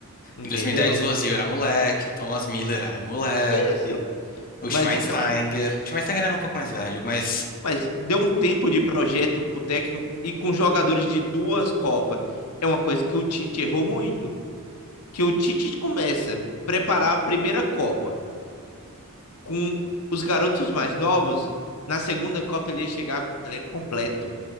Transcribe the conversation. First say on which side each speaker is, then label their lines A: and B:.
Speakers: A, on the left; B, on the left.
A: entendeu?
B: Em 2010 o Ozil era moleque, o Thomas Miller era moleque,
A: Isso.
B: o
A: Mas
B: Schweinsteiger.
A: então,
B: O Schweinsteiger era um pouco mais velho, mas
A: mas deu um tempo de projeto pro técnico e com jogadores de duas Copas. É uma coisa que o Tite errou muito, que o Tite começa a preparar a primeira Copa com os garotos mais novos, na segunda Copa ele ia chegar com o elenco completo.